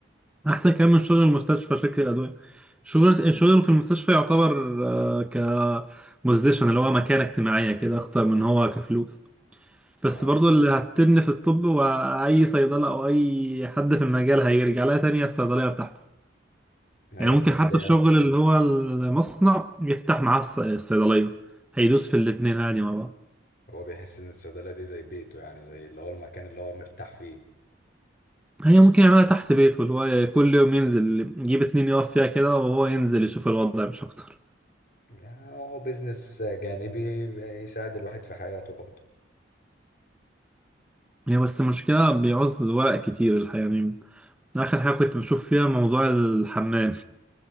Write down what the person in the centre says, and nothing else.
أحسن كمان من شغل المستشفى شركة الأدوية شغل الشغل في المستشفى يعتبر آه، كبوزيشن اللي هو مكانة اجتماعية كده أخطر من هو كفلوس بس
برضو
اللي هتبني في الطب وأي صيدلة أو أي حد في المجال هيرجع لها تانية الصيدلية بتاعته
يعني
ممكن حتى الشغل اللي هو المصنع يفتح معاه الص- الصيدلية هيدوس في الاتنين عادي مع بعض
هي ممكن يعملها تحت بيته اللي هو كل يوم ينزل يجيب اتنين يقف فيها كده وهو ينزل يشوف الوضع مش أكتر
هي بس المشكلة بيعوز ورق كتير الحقيقة يعني آخر حاجة كنت بشوف فيها موضوع الحمام